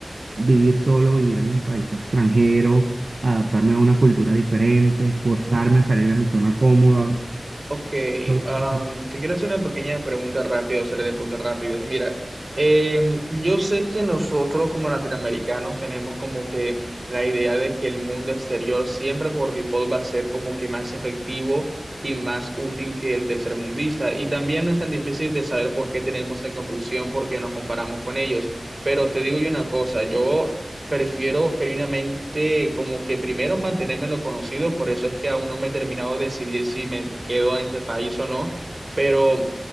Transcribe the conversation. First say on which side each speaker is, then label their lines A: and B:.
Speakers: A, on the right; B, on the right.
A: vivir solo, vivir en un país extranjero, adaptarme a una cultura diferente, forzarme a salir de mi zona cómoda.
B: Ok,
A: todo
B: am,
A: eso.
B: te quiero hacer una pequeña pregunta rápida, o serie de preguntas rápidas. Mira, em, yo sé que nosotros como latinoamericanos tenemos como que la idea de que el mundo exterior siempre por default va a ser como que más efectivo y más útil que el tercermundista. Y también no es tan difícil de saber por qué tenemos esa conclusión, porque nos comparamos con ellos. Pero te digo yo una cosa, yo Prefiero genuinamente como que primero mantenerme en lo conocido, por eso es que aún no me he terminado de decidir si me quedo en este país o no, pero